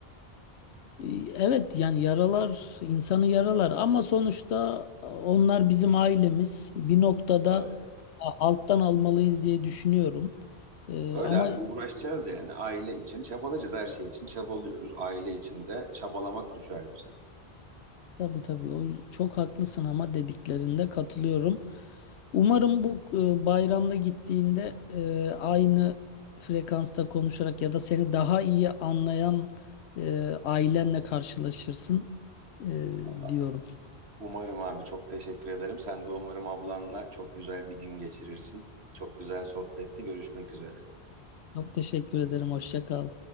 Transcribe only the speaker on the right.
Öyle.
Öyle
abi uğraşacağız yani aile için çabalayacağız her şey için çabalıyoruz. Aile için de çabalamak düşer bize.
Allah.
Umarım abi çok teşekkür ederim. Sen de umarım ablanla çok güzel bir gün geçirirsin. Çok güzel sohbetti. Görüşmek üzere.